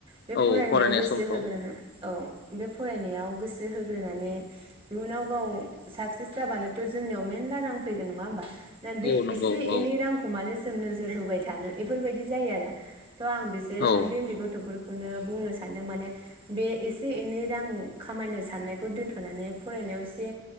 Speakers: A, on the right; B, on the left.
A: बे
B: औ
A: फरायनायाव
B: फरायनाय
A: गोसो
B: समथ'
A: होगोनो औ बे फरायनायाव गोसो होग्रोनानै इयुनाव गाव साक्सेस जाबानोथ' जोंनियाव मेनला रां फैगोन नङा होनोमबा? दा बे
B: औ नंगौ
A: एसे
B: औ
A: एनै रांखौ मानो जों नोजोर होबाय थानो बेफोरबायदि जायो आरो थ' आं बिसोर
B: औ
A: उन्दै उन्दै गथ'फोरखौ बेनो बुंनो सानदों माने बे एसे एनै रां खामायनो साननायखौ दोन्थ'नानै फरायनायाव एसे